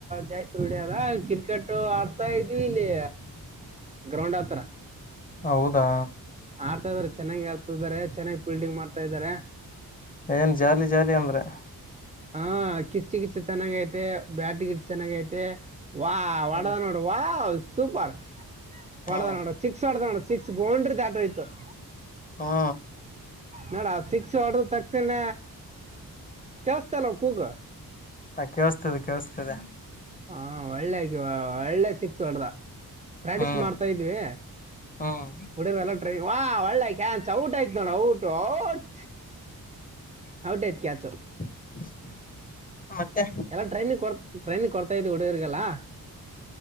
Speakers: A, on the right; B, on the left.
A: ಜಾಸ್ತಿ ಡಿಯದ ಕ್ರಿಕೆಟ್ ಆಡ್ತಾ ಇದ್ವಿ ಇಲ್ಲಿ
B: <inaudible>
A: ಗ್ರೌಂಡ್ ಹತ್ರ
B: ಹೌದಾ
A: ಆಡ್ತಾ ಇದಾರೆ ಚೆನ್ನಾಗಿ ಆಡ್ತಾಾರೆ ಚೆನ್ನಾಗಿ ಬಿಲ್ಡಿಂಗ್ ಮಾಡ್ತಾ ಇದಾರೆ
B: ಏನ್ ಜಾಲಿ ಜಾಲಿ ಅಂದ್ರೆ
A: ಹ ಕಿಚ್ಚು ಕಿಚ್ಚು ಚೆನ್ನಾಗ ಐತೆ ಬ್ಯಾಟ್ ಗಿಟ್ ಚೆನ್ನಾಗ ಐತೆ ವಾ ವಡದ
B: ಹ್ಮ್
A: ನೋಡ ವ ಸೂಪರ್ ಹೊದ
B: ಹ್ಮ್
A: ನೋಡ ಸಿಕ್ಸ್ ಹೊದ ನೋಡ ಸಿಕ್ಸ್ ಬೌಂಡ್ರಿ ದಾಟ್ರ ಇತತ್ತು
B: ಹಾ
A: ನೋಡ ಶಿಕ್ಸ್ ಹೊಡ್ರ ತಕ್ಷಕ್ಷಣ ಕೆಳ್ಸ್ತಲ್ ಕೂಗ
B: ಹ ಕೇಳಸ್ತದೆ ಕೇಳಸ್ತದೆ
A: ಹಾ ಒಳ್ಳೆ ಆಕಿವ ಒಳ್ಳೆ ಸಿಕ್ಸ್ ಹೊಡದ ಪ್ರಾಕ್ಟೀಸ್
B: ಹ್ಮ್
A: ಮಾಡ್ತಾ ಇದ್ವಿ
B: ಹ್ಮ್
A: ಉಡಿಯರ್ ಎಲ್ಲ ವಾ ಒಳ್ಳ ಕ್ಯಾನ್ಸ ಔಟ್ ಆಯ್ತ ನೋಡ ಔಟು ಔಟ್ ಹೌಟೈ್ತ್ ಕ್ಯಾಚು
B: ಹ ಮತ್ತೆ
A: ಎಲ್ಲಾ ಟ್ರೈನಿಗೆ ಕೊ ಟ್ರೈನಿಗೆ ಕೊಡ್ತಾ ಇದ್ವಿ ಹುಡುಗರ್ರಿಗೆಲ್ಲಾ